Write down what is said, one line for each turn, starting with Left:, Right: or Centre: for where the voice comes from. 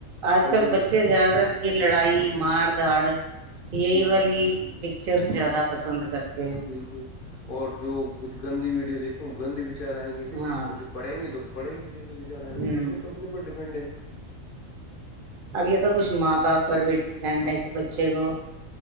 Right: آج
Left: اور
Right: کل
Left: جو
Right: بچے زیادہ تر کی لڑائی مار دھاڑ یہی
Left: جی جی
Right: والی پکچرس زیادہ پسند کرتے ہیں
Left: بالکل اور جو کچھ گندی ویڈیو دیکھیں وہ گندی بچ چار آیں گے
Right: ہاں
Left: اور جو پڑیں گے تو پڑے گی جیسے بچار آیں
Right: ہوں
Left: گے تو یہ تو اپنے پر ڈیپینڈ ہے
Right: اب یہ تو کچھ ماں باپ پر بیٹ پنڈ رہے بچے کو